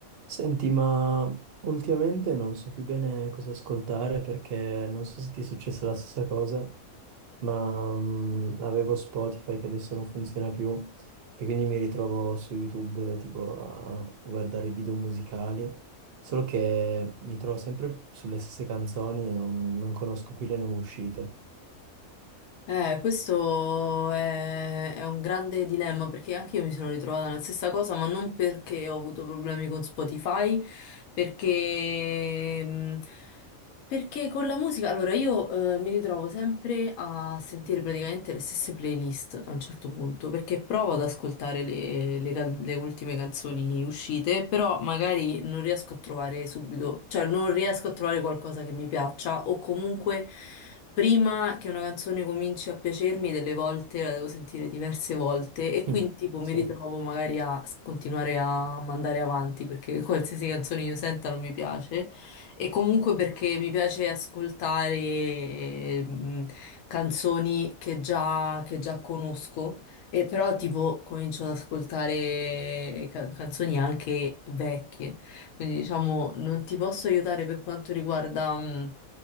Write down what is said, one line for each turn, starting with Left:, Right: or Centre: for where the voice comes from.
Right: Senti, ma ultimamente non so più bene cosa ascoltare perché non so se ti è successa la stessa cosa, ma mm, avevo Spotify che adesso non funziona più e quindi mi ritrovo su YouTube eh, tipo a guardare video musicali, solo che mi trovo sempre sulle stesse canzoni e non, non conosco più le nuove uscite.
Left: Eh, questo è, è un grande dilemma perché anche io mi sono ritrovata nella stessa cosa, ma non perché ho avuto problemi con Spotify, perché, mh, perché con la musica, allora io eh, mi ritrovo sempre a sentire praticamente le stesse playlist a un certo punto, perché provo ad ascoltare le, le can- le ultime canzoni uscite, però magari non riesco a trovare subito, cioè non riesco a trovare qualcosa che mi piaccia o comunque... Prima che una canzone cominci a piacermi, delle volte la devo sentire diverse volte e
Right: Mm,
Left: quindi tipo mi
Right: Sì,
Left: ritrovo magari a s- continuare a mandare avanti perché <laughs> qualsiasi canzone io senta non mi piace e comunque perché mi piace ascoltare ehm, canzoni che già, che già conosco e però tipo comincio ad ascoltare ca- canzoni anche vecchie. Quindi diciamo non ti posso aiutare per quanto riguarda... mhmm,